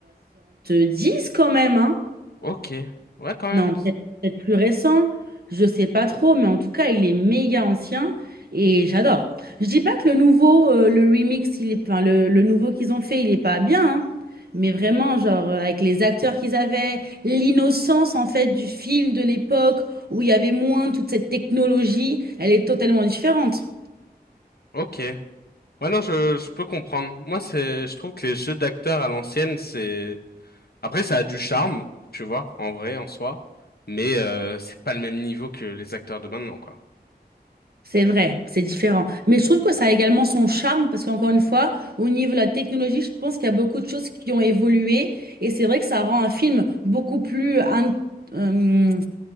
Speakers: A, on the right; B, on the left.
A: dix quand même, hein.
B: Ok. Ouais, quand même.
A: Non, peut-être peut-être plus récent, je sais pas trop, mais en tout cas, il est méga ancien et j'adore. Je dis pas que le nouveau, euh, le remix, il est, enfin, le, le nouveau qu'ils ont fait, il est pas bien, hein, mais vraiment, genre, euh, avec les acteurs qu'ils avaient, l'innocence, en fait, du film de l'époque où il y avait moins toute cette technologie, elle est totalement différente.
B: Ok. Ouais, non, je, je peux comprendre. Moi, c'est, je trouve que les jeux d'acteurs à l'ancienne, c'est... Après, ça a du charme, tu vois, en vrai, en soi. Mais euh, c'est pas le même niveau que les acteurs de maintenant, quoi.
A: C'est vrai, c'est différent. Mais je trouve que ça a également son charme parce qu'encore une fois, au niveau de la technologie, je pense qu'il y a beaucoup de choses qui ont évolué et c'est vrai que ça rend un film beaucoup plus, in- euh,